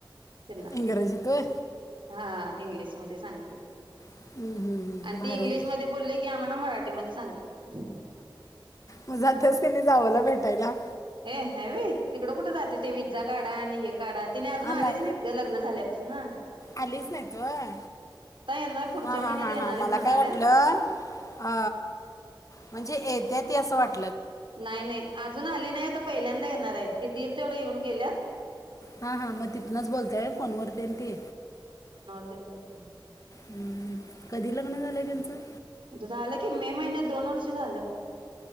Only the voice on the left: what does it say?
इंग्रजीत होय?
हम्म, हम्म,
भारी
आहे.
मं जात्यास का नाही जावंला भेटायला.
आना
आलीच नाहीत व्हय
हा
हा हा
हां
मला
काय वाटलं अ म्हणजे ए त्याती असं वाटतं
हा हा मग तिथनच बोलतय फोन वर तीर ती
हम्म कधी लग्न झालंय त्यांचं?